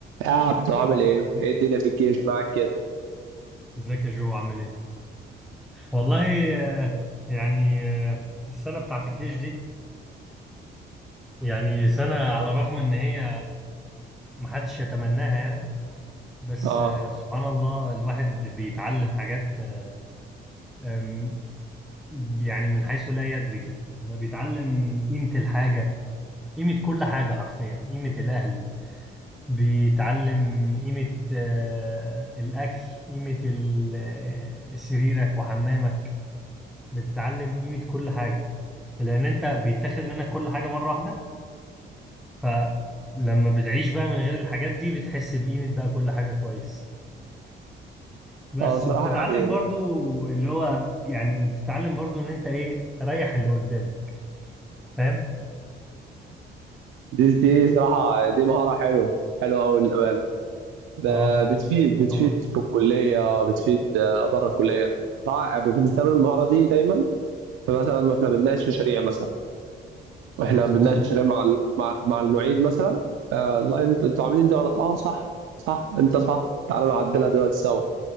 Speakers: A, on the right (about 80°); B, in the centre.
A: يا عبدو عامل ايه؟ ايه الدنيا في الجيش معاك كده؟
B: ازيك يا جو عامل ايه؟ والله آه، يعني آه، السنة بتاعت الجيش دي يعني سنة على الرغم ان هي محدش يتمناها يعني بس
A: اه
B: آه، سبحان الله الواحد بيتعلم حاجات آه، آم، يعني من حيث لا يدري كده يعني بيتعلم قيمة الحاجة قيمة كل حاجة حرفيا قيمة الأهل بيتعلم قيمة آه، الأكل قيمة ال- آه، سريرك وحمامك بتتعلم قيمة كل حاجة لأن أنت بيتاخد منك كل حاجة مرة واحدة فلما بتعيش بقى من غير الحاجات دي بتحس بقيمة بقى كل حاجة كويس بس
A: اه صراحة
B: وبتتعلم
A: يعني
B: برضو اللي هو يعني بتتعلم برضو إن أنت إيه ريح اللي قدامك فاهم؟
A: دي دي صراحة دي مهارة حلوة حلوة أوي للأمانة ب-
B: آه
A: بتفيد بتفيد
B: طبعا
A: في الكلية بتفيد آه، بره الكلية رائع بنستخدم المهارة دي دايما فمثلا واحنا بنناقش مشاريع مثلا واحنا
B: مظبوط
A: بنناقش مشاريع مع ال- مع, مع المعيد مثلا آه لا انت- انتوا عاملين دي غلط اه صح صح انت صح تعالوا نعدلها دلوقتي سوا